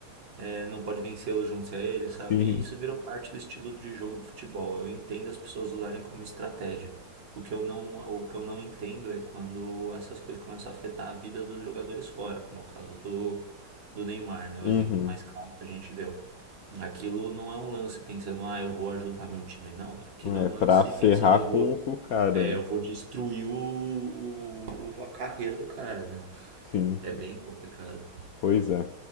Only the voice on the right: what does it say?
é, não pode vencê-lo junto-se a ele, sabe?
E isso virou parte do estilo de jogo do futebol. Eu entendo as pessoas usarem como estratégia. O que eu não, o que eu não entendo é quando essas coisas começam a afetar a vida dos jogadores fora, como é o caso do, do Neymar, né? O
exemplo mais claro que a gente deu. Aquilo não é um lance pensando, ah, eu vou ajudar meu time. Não, aquilo é um
lance
pensando, eu vou,
é,
eu vou destruir o, o- o- a carreira do cara, né?
É bem complicado.